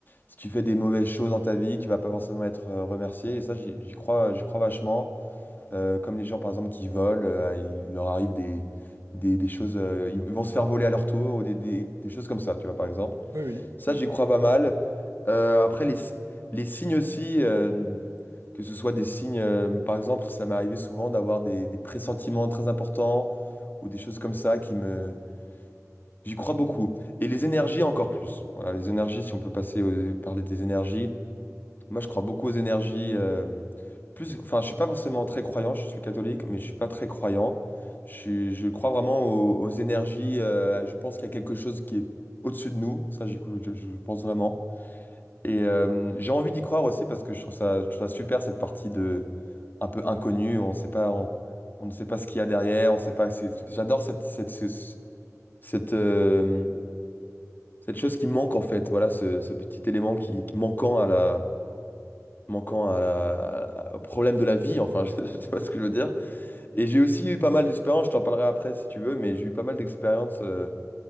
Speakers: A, on the left; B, on the right.
A: si tu fais des mauvaises choses dans ta vie, tu vas pas forcément être euh, remercié. Et ça, j'y j'y crois, j'y crois vachement. Euh, comme les gens, par exemple, qui volent, euh, il leur arrive des, des, des choses. euh, ils vont se faire voler à leur tour ou des, des des choses comme ça, tu vois, par exemple.
B: oui, oui,
A: Ça,
B: oui.
A: j'y crois pas mal. Euh, après, les, les signes aussi, euh, que ce soit des signes, euh, par exemple, ça m'est arrivé souvent d'avoir des, des pressentiments très importants ou des choses comme ça qui me... J'y crois beaucoup. Et les énergies encore plus. Voilà, les énergies, si on peut passer au- parler des énergies. Moi, je crois beaucoup aux énergies. euh, plus, enfin, je suis pas forcément très croyant, je suis catholique, mais je suis pas très croyant. Je, suis- je crois vraiment aux, aux énergies. euh, je pense qu'il y a quelque chose qui est au-dessus de nous. Ça, j'y je je pense vraiment. Et euh, j'ai envie d'y croire aussi parce que je trouve ça, je trouve ça super cette partie de un peu inconnue. On sait pas, on, on ne sait pas ce qu'il y a derrière. On sait pas. c'est- J'adore cette cette ce- ce- cette, euh, cette chose qui manque en fait. Voilà, ce, ce petit élément qui, qui manquant à la manquant à la, à- au problème de la vie. Enfin, <laughs> je, je sais pas ce que je veux dire. Et j'ai aussi eu pas mal d'expériences. Je t'en parlerai après si tu veux, mais j'ai eu pas mal d'expériences euh,